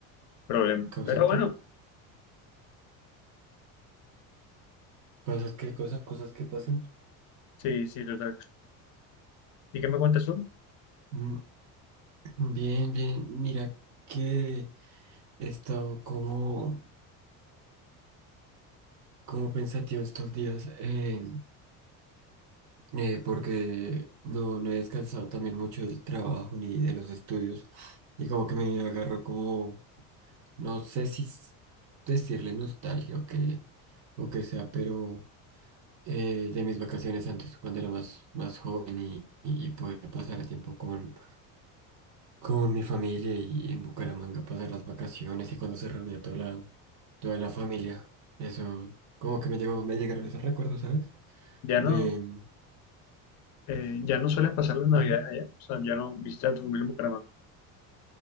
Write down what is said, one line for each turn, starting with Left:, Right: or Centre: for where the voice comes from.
Left: problema.
Right: ¿causante?
Left: Pero bueno,
Right: ¿Pasas qué cosas? ¿Cosas que pasan?
Left: sí, sí, total. ¿Y qué me cuentas tú?
Right: Mm, <clears throat> bien, bien. Mira que he estado como, como pensativo estos días eh, eh, porque no, no he descansado también mucho del trabajo ni de los estudios y como que me agarró como, no sé si s- decirle nostalgia o que, o que sea, pero... eh, de mis vacaciones antes, cuando era más, más joven y, y podía pasar tiempo con, con mi familia y en Bucaramanga pasar las vacaciones y cuando se reunía toda la, toda la familia. Eso, como que me llegó, me llegaron esos recuerdos, ¿sabes?
Left: Ya
Right: De,
Left: no, eh, ya no sueles pasar las navidades
Right: dime.
Left: allá. O sea, ya no visitas a tu familia en Bucaramanga.